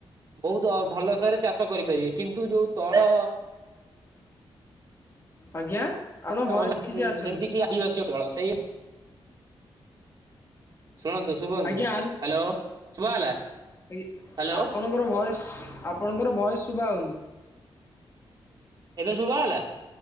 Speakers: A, on the right (about 50°); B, on the left (about 30°).
A: ବହୁତ ଅ ଭଲସରେ ଚାଷ କରିପାରିବେ। କିନ୍ତୁ ଯୋଉ ତଳ
B: ଆଜ୍ଞା। ଆପଣ
A: ଅ
B: ଭଏସ୍
A: ଇ
B: କିଛି ଆସୁନି
A: ଯେମିତି କି ଆ ଠିକ୍ ଅଛି ଷୋହଳ ସେଇ, ଶୁଣନ୍ତୁ ଶୁଭନ୍ତୁ
B: ଆଜ୍ଞା
A: ହ୍ୟାଲୋ ଶୁଭା ହେଲା।
B: ଏଇ,
A: ହ୍ୟାଲୋ
B: ଆପଣଙ୍କର ଭଏସ ଆପଣଙ୍କର ଭଏସ ଶୁଭା ହଉନି।
A: ଏବେ ଶୁଭା ହେଲା।